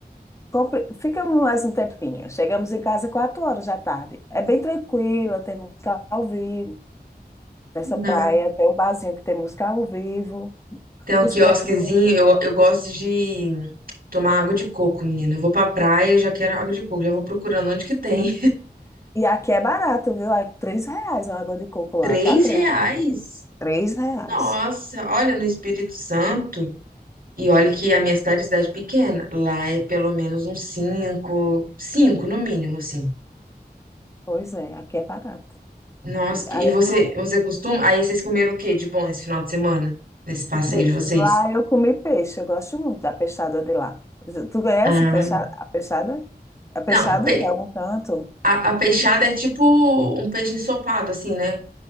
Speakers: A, on the left; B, on the right.
A: compre- ficamos mais um tempinho. Chegamos em casa quatro horas da tarde. É bem tranquila, tem música ao vivo. Nessa praia
B: Ah,
A: tem um barzinho que tem música ao vivo.
B: Tem um
A: Os
B: quiosquezinho,
A: preços são.
B: eu, eu gosto de tomar água de coco, menina. Eu vou pra praia, eu já quero água de coco, já vou procurando onde que tem.
A: E aqui é barato, viu? É três reais uma água de coco lá,
B: Três
A: tu acredita?
B: reais?
A: Três reais.
B: Nossa, olha no Espírito Santo. E olha que a minha cidade é cidade pequena. Lá é pelo menos uns cinco, cinco no mínimo, assim.
A: Pois é, aqui é barato.
B: Nossa,
A: E
B: que-
A: Aí
B: e você, você costuma? Aí vocês comeram o quê de bom esse final de semana? Nesse passeio
A: eu comi-
B: de vocês?
A: Lá eu comi peixe, eu gosto muito da peixada de lá. Tu conhece
B: Ah,
A: peixa- a peixada? A peixada
B: não, pe-
A: de algum canto?
B: a, a peixada é tipo um peixe ensopado, assim, né?